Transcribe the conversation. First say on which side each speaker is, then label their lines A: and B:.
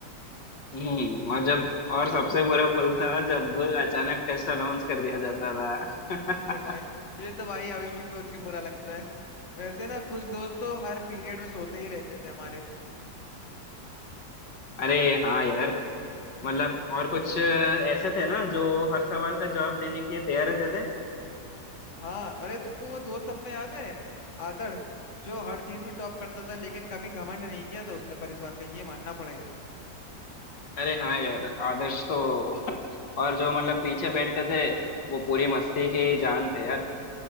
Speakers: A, on the left (about 80°); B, on the left (about 45°).
A: हम्म और जब और सबसे बुरा पल था जब अचानक टेस्ट अनाउंस कर दिया जाता था
B: ये भाई ये तो भाई अभी भी सोच के बुरा लगता है वैसे ना कुछ दोस्त तो हर पीरियड में सोते ही रहते थे हमारे
A: <laughs> अरे हाँ यार मतलब और कुछ ऐसे थे ना जो हर सवाल का जवाब देने के लिए तैयार रहते थे
B: हाँ अरे तुमको वो दोस्त अपना याद है आदर्श जो हर चीज में टॉप करता था लेकिन कभी घमंड नहीं किया था उसने पर इस बात का ये मानना पड़ेगा
A: अरे हाँ यार आदर्श तो <laughs> और जो मतलब पीछे बैठते थे वो पूरी मस्ती के ही जान थे यार